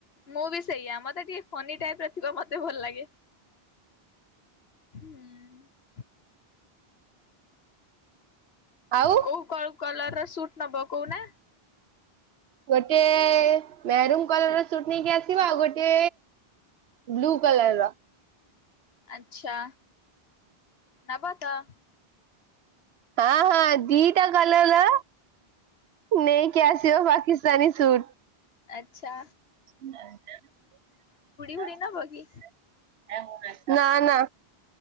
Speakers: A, on the left (about 80°); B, on the right (about 80°).
A: ମୁଁ ବି ସେଇଆ ମତେ ଟିକେ ଫନି ଟାଇପ ର ଥିବ ମତେ ଭଲ ଲାଗେ। ହୁଁ।
B: ଆଉ।
A: କୋଉ କୋଉ କଲର ର ସୁଟ୍ ନବ କହୁନା।
B: ଗୋଟେ ମେହରୁମ କଲର ର ସୁଟ୍ ନେଇକି ଆସିବ ଆଉ ଗୋଟେ ବ୍ଲୁ କଲର ର।
A: ଆଛା ନବ ତ
B: ହଁ ହଁ ଦିଟା କଲର୍ ର ନେଇକି ଆସିବ ବାକି ସାନିସୁଟ୍।
A: ଆଛା।
B: <inaudible>
A: ଫୁଡି ନବ କି?
B: ନା ନା।